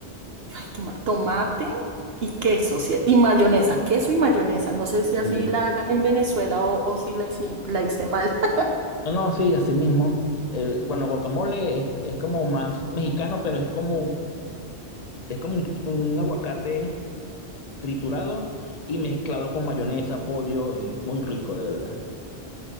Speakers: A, on the right; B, on the left.
A: ay, qué ma- tomate y queso, sí, y mayonesa, queso y mayonesa. No sé si así
B: sí.
A: la hagan en Venezuela o, o si la hice, la hice mal. <laughs>
B: No, no, sí, así mismo. El, bueno, guacamole es, es como más mexicano, pero es como, es como un, un aguacate triturado y mezclado con mayonesa, pollo, y muy rico, de verdad.